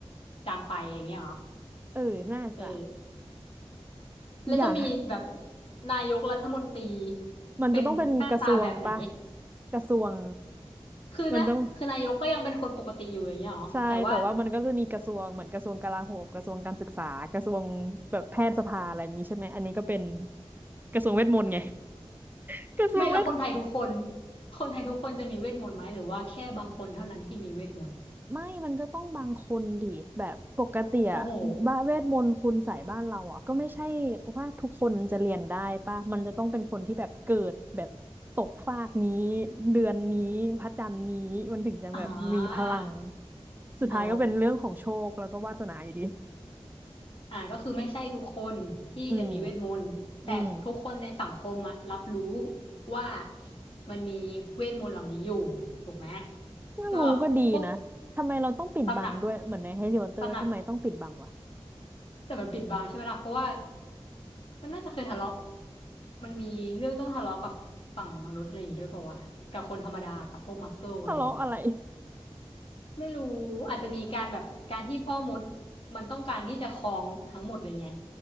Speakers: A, on the left (about 60°); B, on the right (about 20°).
A: จางไปอย่างเงี้ยเหรอ
B: เออน่าจะ
A: เออแล้วจะมีแบบ
B: อยาก
A: นายกรัฐมนตรี
B: มันจะต้องเป็นกระทรวงปะ
A: เป็นหน้าตาแบบไหน
B: กระทรวง
A: คือนะคือนายกก็ยังเป็นคนปกติอยู่อย่างเงี้ยเหรอแต่ว่า
B: มันต้อง ใช่แต่ว่ามันก็จะมีกระทรวงเหมือนกระทรวงกลาโหมกระทรวงการศึกษากระทรวงแบบแพทยสภาอะไรอย่างนี้ใช่ไหมอันนี้ก็เป็นกระทรวงเวทมนต์ไง <laughs> กระทรวงเวท
A: ไม่แล้วคนไทยทุกคน <laughs> คนไทยทุกคนจะมีเวทมนต์ไหมหรือว่าแค่บางคนเท่านั้นที่มีเวทมนต์
B: ไม่มันก็ต้องบางคนดิแบบปกติอะบ้าเวทมนต์คุณใส่บ้านเราอะก็ไม่ใช่
A: โอ้โห
B: ว่าทุกคนจะเรียนได้ป่ะมันจะต้องเป็นคนที่แบบเกิดแบบตกฟากนี้เดือนนี้พระจันทร์นี้มันถึงจะแบบมีพลัง
A: อ่า
B: สุดท้ายก็เป็นเรื่องของโชคแล้วก็วาสนาอยู่ดี
A: อ๋ออ่าก็คือไม่ใช่ทุกคนที่จะมีเวทมนต์แต่ทุกคนในสังคมอะรับรู้
B: อืมอืม
A: ว่ามันมีเวทมนต์เหล่านี้อยู่ถูกไหม
B: ถ้ารู้ก็ดีนะ
A: ก็พวก
B: ทำไมเราต้องปิดบังด้วย
A: ตำหนัก
B: เหมือนในแฮร์รี่พอตเตอร์ทำไมต้องปิดบังวะ
A: ตำหนักแต่มันปิดบังใช่ไหมล่ะเพราะว่า มันน่าจะเคยทะเลาะมันมีเรื่องต้องทะเลาะกับฝั่งมนุษย์อะไรอย่างงี้ด้วยป่าวะกับคนธรรมดากับพวกมักเกิลอะไรอย่างเงี้ย
B: ทะเลาะอะไร
A: ไม่รู้อาจจะมีการแบบการที่พ่อมดมันต้องการที่จะครองทั้งหมดเลยไง